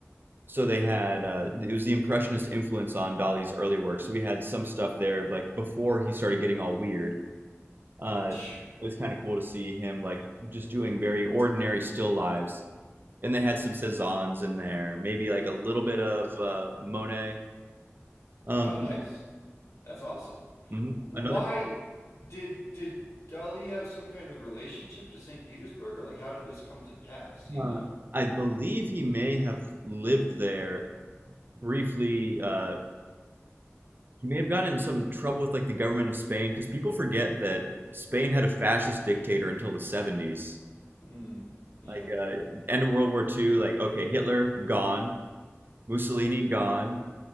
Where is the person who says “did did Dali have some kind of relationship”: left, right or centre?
Left